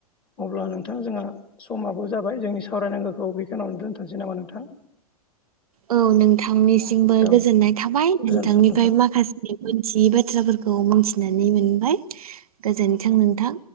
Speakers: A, on the left; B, on the right.
A: अब्ला नोंथां जोंहा समाबो जाबाय जोंनि सावरायनांगौ औ बेखौनावनो दोनथ'नोसै नामा नोंथां।
B: औ नोंथांनि बो
A: औ
B: गोजोननाय थाबाय
A: गोजोन्थों
B: नोंथांनिफ्राय
A: नोंथां
B: माखासे मोनथियै बाथ्राफोरखौ खौ मिथिनानै मोनबाय गोजोनथों नोंथां।